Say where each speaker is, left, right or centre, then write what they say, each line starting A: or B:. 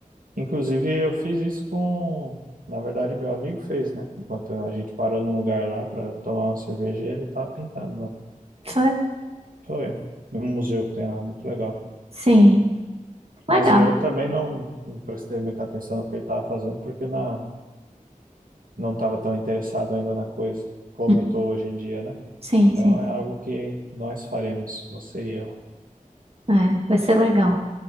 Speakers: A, on the right; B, on the right.
A: Inclusive, eu fiz isso com, na verdade, meu amigo fez, né? Enquanto a gente parou num lugar lá para tomar uma cerveja, ele tava pintando lá.
B: Foi?
A: Foi um museu que tem lá, muito legal.
B: Sim. Legal.
A: Mas eu também não, não prestei muita atenção no que ele estava fazendo, porque na, não estava tão interessado ainda na coisa como
B: Hum,
A: eu estou hoje em dia, né?
B: Sim,
A: Então
B: sim.
A: é algo que nós faremos, você e eu.
B: É, vai ser legal.